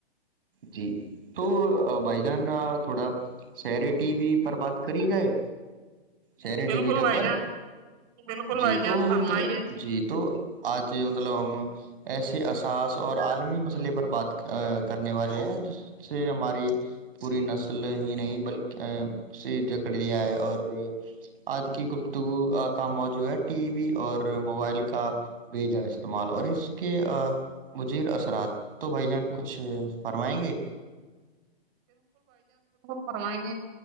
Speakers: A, on the right; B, on the right.
A: جی تو بھائی جان تھوڑا سیر ٹی وی پر بات کری جائے شرے ڈیجیٹل
B: بالکل بھائی
A: پر
B: جان بالکل
A: جی
B: بھائی
A: تو
B: جان
A: مطلب
B: فرمائیے
A: جی تو آج مطلب ہم ایسے اثاس اور عالمی مسئلے پر بات کرنے والے ہیں جس سے ہماری پوری نسل ہی نہیں بلکہ جکڑ لیا ہے اور آج کی گفتگو کا موجوع ہے ٹی وی اور موبائل کا بھیجا استعمال اور اس کے مجیر اثرات تو بھائی جان کچھ اچھے فرمائیں گے
B: فرمائ گے